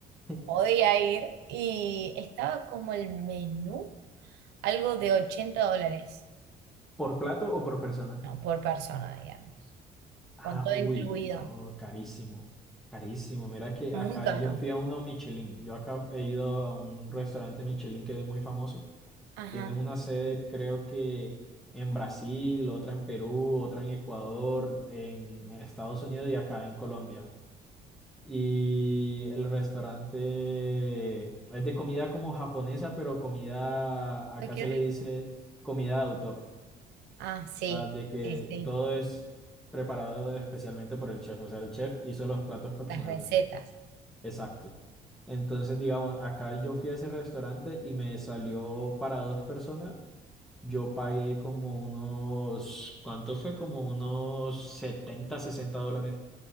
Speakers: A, in the centre; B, on the right.
A: <laughs>
B: podía ir. Y estaba como el menú, algo de 80 dólares,
A: ¿Por plato o por persona?
B: no, por persona, digamos.
A: Ah,
B: con todo
A: uy,
B: incluido.
A: no, carísimo. Carísimo. Mira que
B: Muy
A: acá
B: caro.
A: yo fui a uno Michelin. Yo acá he ido a un restaurante Michelin que es muy famoso.
B: Ajá.
A: Tienen una sede, creo que en Brasil, otra en Perú, otra en Ecuador, en en Estados Unidos y acá en Colombia. Y el restaurante es de comida como japonesa, pero comida, acá
B: Ay, qué
A: se
B: rico.
A: le dice comida de autor.
B: Ah, sí,
A: O sea, de que
B: sí, sí.
A: todo es preparado especialmente por el chef. O sea, el chef hizo los platos personalmente.
B: Las recetas.
A: Exacto. Entonces, digamos, acá yo fui a ese restaurante y me salió para dos personas. Yo pagué como unos, ¿cuánto fue? Como unos 70 60 dólares.